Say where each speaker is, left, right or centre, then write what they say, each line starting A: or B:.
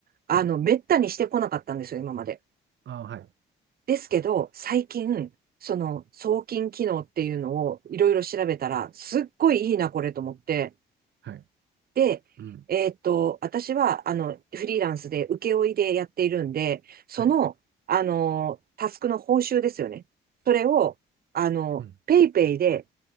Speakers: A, on the right; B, on the right.
A: あの、
B: はい。
A: めったにしてこなかったんですよ、今まで。
B: ああ、はい。
A: ですけど、最近、その、送金機能っていうのをいろいろ調べたら、すっごいいいな、これと思って、
B: はい。
A: で、
B: うん。
A: えっと、私は、あの、フリーランスで請負いでやっているんで、その、
B: はい。
A: あの、タスクの報酬ですよね。それを、あの、
B: うん
A: ペイペイで